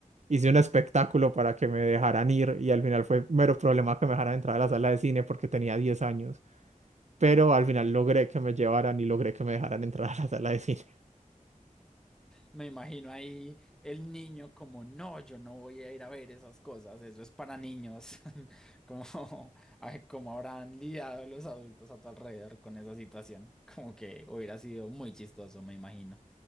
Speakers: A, on the right; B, in the centre.
A: Hice un espectáculo para que me dejaran ir y al final fue mero problema que me dejaran entrar a la sala de cine porque tenía 10 años pero al final logré que me llevaran y logré que me dejaran entrar a la sala de cine.
B: Me imagino ahí el niño como, no, yo no voy a ir a ver esas cosas, eso es para niños, <laughs> como, ay, como habrán lidiado los adultos a tu alrededor con esa situación, como que hubiera sido muy chistoso, me imagino.